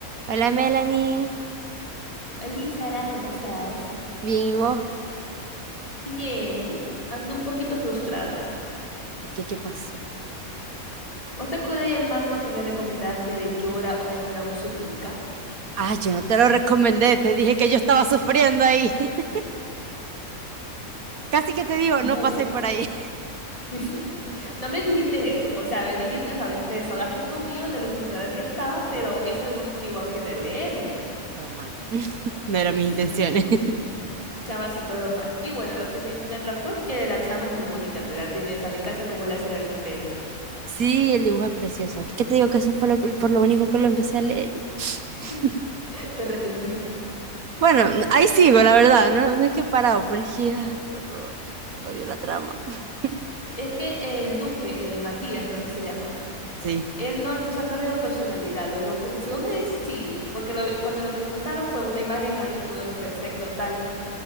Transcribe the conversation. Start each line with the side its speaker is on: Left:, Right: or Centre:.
Right: Hola Melanie,
Left: Hola Sara, ¿cómo estás?
Right: bien, ¿y vos?
Left: Bien, aunque un poquito frustrada.
Right: ¿Por qué? ¿Qué pasó?
Left: ¿Vos te acordás del manga que me recomendaste de Llora o mejor aún Suplica?
Right: Ah, yo no te lo recomendé, te dije que yo estaba sufriendo ahí. <laughs> Casi que te digo,
Left: Bu-
Right: no paséis por ahí.
Left: <laughs> No me dijiste eso, o sea, me dijiste, o sea, te desahogaste conmigo de lo frustrada que estabas, pero eso me motivó a querer leerlo.
Right: Todo mal. <laughs> No eran mis
Left: <laughs>
Right: intenciones. <laughs>
Left: Chama, sí, todo mal. Y bueno, lo que me, me atrapó es que la chama es muy bonita, en verdad, tiene, o sea, me encanta cómo le hacen el pelo.
Right: Sí, el dibujo es precioso. Es que te digo que eso fue lo que- por lo único que lo empecé a leer. y- <laughs>
Left: <laughs> Te arrepentiste.
Right: Bueno, n- ahí sigo, la verdad, no, no es que he parado, pero es que, ah, qué horror. Odio la trama. <laughs>
Left: Es que el duque, eh, Matías creo que se llama.
Right: Sí.
Left: Él no, o sea, no le veo personalidad, lo veo como, si vos me decís, sí, porque lo- cuando lo presentaron fue una imagen ahí, todo perfecto, tal,